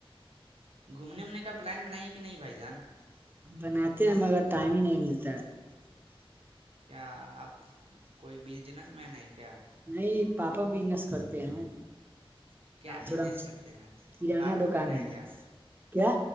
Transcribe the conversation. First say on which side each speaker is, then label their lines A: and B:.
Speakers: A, on the right; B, on the right.
A: گھومنے اومنے کا پلان بنائیے کہ نہیں بھائی جان <unintelligible>
B: بناتے ہیں مگر ٹائم ہی نہیں ملتا ہے <unintelligible>
A: کیا آپ کوئی بزنس مین ہے کیا <unintelligible>
B: نہیں پاپا بزنس کرتے ہیں
A: کیا بزنس
B: تھورا
A: کرتے ہیں
B: کرانہ
A: بالو
B: دکان
A: ڈھوتے ہیں
B: ہے
A: کیا
B: کیا